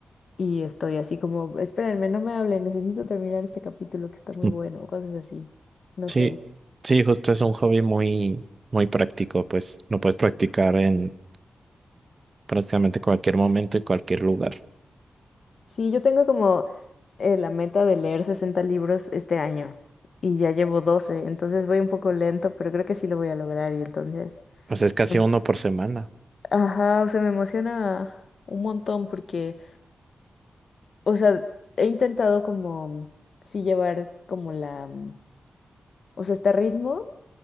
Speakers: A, on the left; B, on the right.
A: y estoy así como, espérenme, no me hablen, necesito terminar este capítulo que está muy
B: <laughs>
A: bueno, o cosas así. No
B: Sí,
A: sé.
B: sí, justo es un hobby muy, muy práctico, pues lo puedes practicar en prácticamente cualquier momento y cualquier lugar.
A: Sí, yo tengo como eh, la meta de leer 60 libros este año y ya llevo 12, entonces voy un poco lento, pero creo que sí lo voy a lograr y entonces,
B: Pues es casi
A: em-
B: uno por semana.
A: ajá, o sea, me emociona un montón porque, o sea, he intentado como, sí llevar como la, mm, o sea, este ritmo